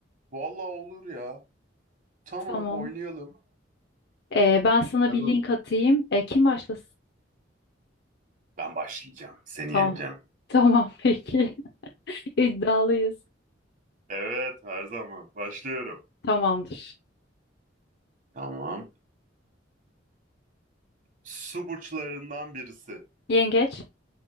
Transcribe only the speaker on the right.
Vallahi olur ya. Tamam
oynayalım.
Hadi
bakalım.
Ben başlayacağım. Seni
yeneceğim.
Evet her zaman. Başlıyorum.
Tamam. Su burçlarından birisi.